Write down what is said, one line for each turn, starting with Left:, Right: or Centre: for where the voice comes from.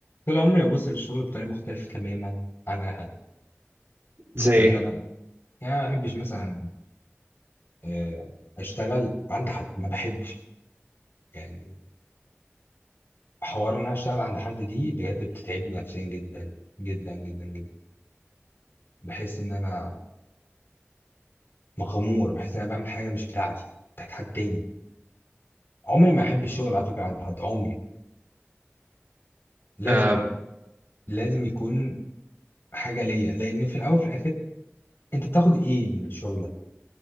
Left: طول عمري ببص للشغل بطريقة مختلفة تماما عن أي حد
Right: زي
Left: قد
Right: ايه
Left: أنا يعني أنا ما بحبش مثلا آه، أشتغل عند حد ما بحبش يعني حوار إن أنا أشتغل عند حد دي بجد بتتعبني نفسيا جدا جدا جدا جدا بحس إن أنا مغمور بحس إن أنا بعمل حاجة مش بتاعتي بتاعت حد تاني عمري ما أحب الشغل على فكرة عند حد عمري لازم
Right: آه
Left: لازم يكون حاجة ليا لأن في الأول وفي الآخر أنت بتاخد إيه من الشغل ده؟